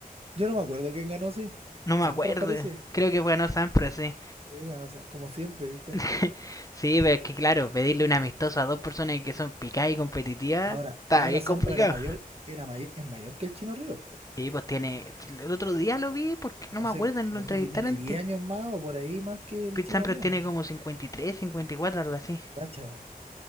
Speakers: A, on the right (about 40°); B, on the left (about 20°).
A: Yo no me acuerdo quién ganó, sí.
B: No me
A: Sampras
B: acuerdo.
A: parece.
B: Creo que ganó Sampras, sí.
A: Sí, ganó, Sa- como siempre, ¿viste?
B: <laughs> Sí, pero es que claro, pedirle un amistoso a dos personas que son picadas y competitivas
A: Ahora,
B: está
A: ahora
B: bien
A: Sampras
B: complicado.
A: era mayor, era may- es mayor que el Chino Río, pues.
B: Sí, pues tiene. El otro día lo vi porque
A: No
B: no me
A: sé,
B: acuerdo, lo
A: no
B: entrevistaron.
A: sé si tiene 10
B: te-
A: años más o por ahí más que el
B: Pete
A: Chino
B: Sampras
A: Río,
B: tiene
A: no.
B: como 53, 54, algo así.
A: Cacha, po.